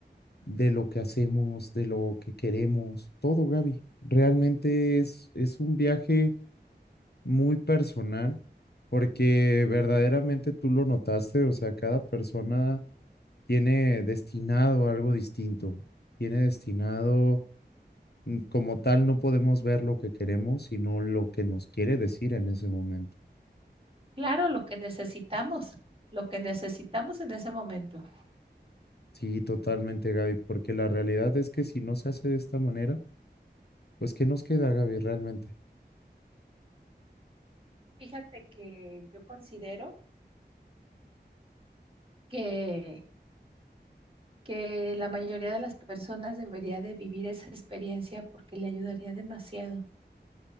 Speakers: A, on the left; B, on the right.
A: de lo que hacemos, de lo que queremos, todo, Gaby. Realmente es, es un viaje muy personal porque verdaderamente tú lo notaste, o sea, cada persona tiene destinado algo distinto, tiene destinado, mm, como tal, no podemos ver lo que queremos, sino lo que nos quiere decir en ese momento.
B: Claro, lo que necesitamos, lo que necesitamos en ese momento.
A: Sí, totalmente, Gaby, porque la realidad es que si no se hace de esta manera, pues ¿qué nos queda, Gaby, realmente?
B: Fíjate que yo considero que que la mayoría de las personas debería de vivir esa experiencia porque le ayudaría demasiado.